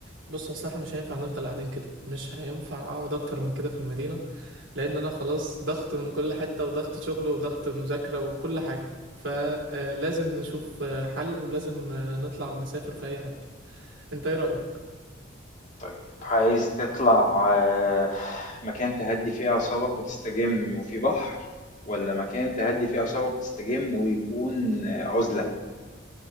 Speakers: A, on the right (about 80°); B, on the left (about 40°).
A: بص اصل احنا مش هينفع نفضل قاعدين كده مش هينفع اقعد اكتر من كده في المدينة لان انا خلاص ضغط من كل حتة وضغط شغل وضغط مذاكرة وكل حاجة فلازم نشوف آه، حل ولازم آه، نطلع نسافر في اي حتة انت ايه رأيك
B: طيب عايز تطلع آه، مكان تهدي فيه أعصابك وتستجم وفي بحر ولا مكان تهدي فيه أعصابك وتستجم ويكون آه، عزلة